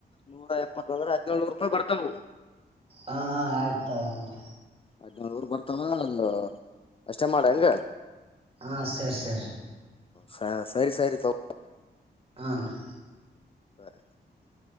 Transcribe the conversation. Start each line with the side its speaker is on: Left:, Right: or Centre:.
Left: ನೂರ ಎಪ್ಪತ್ತ ಅದ್ರ ಹದಿನೇಳನೂರು ರೂಪಾಯಿ ಬರ್ತಾವವು
Right: ಹಾ ಆಯ್ತಾವ್ರನ್ರಿ
Left: ಹದಿನೊಳನೂರ ಬರ್ತಾವ ಅ ಅಷ್ಟೇ ಮಾಡ ಹಂಗ
Right: ಹಾ ಸರಿ ಸರಿ
Left: ಹ ಸರಿ ಸರಿ ತೋ
Right: ಹಾ ನ್ರಿ
Left: <unintelligible>